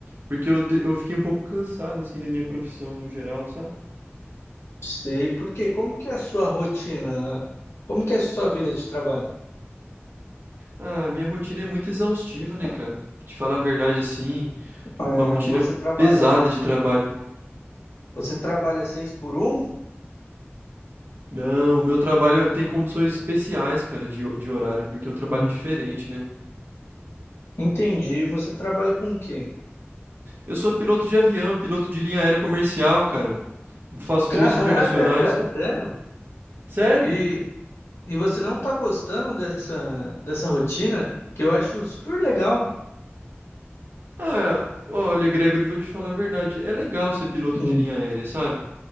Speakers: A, on the right; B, on the left.
A: porque eu, te- eu fiquei um pouco cansado assim da minha profissão no geral, sabe?
B: Sei por quê. Como que é a sua rotina? Como que é a sua vida de trabalho?
A: Ah, minha rotina é muito exaustiva, né, cara? Te falar a verdade assim,
B: É,
A: uma rotina
B: Você trabalha,
A: pesada de trabalho.
B: você trabalha seis por um?
A: Não, o meu trabalho tem condições especiais, cara, de, de horário, porque é um trabalho
B: Uhum.
A: diferente, né?
B: Entendi. Você trabalha com o quê?
A: Eu sou piloto de avião, piloto de linha aérea comercial, cara. Faço
B: <laughs> Caraca,
A: voos internacionais.
B: cara, sério?
A: Sério?
B: E, e você não tá gostando dessa, dessa rotina? Que eu acho super legal.
A: Ah, olha, Gregory, vou te falar a verdade. É legal ser piloto
B: Hum.
A: de linha aérea, sabe?